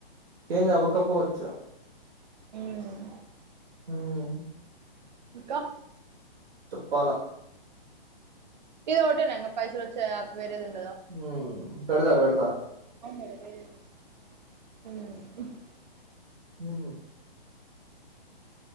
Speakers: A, on the right; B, on the right.
A: చేంజ్ అవ్వకపోవచ్చు
B: ఉమ్మ్
A: ఉమ్
B: ఇంకా
A: చెప్పాలా
B: ఇది ఒకటేనా ఇంకా పైసలు వచ్చే యాప్ వేరేది ఉంద్
A: ఉమ్ ఆ పెడదా పెడ
B: ఉమ్మ్
A: ఉమ్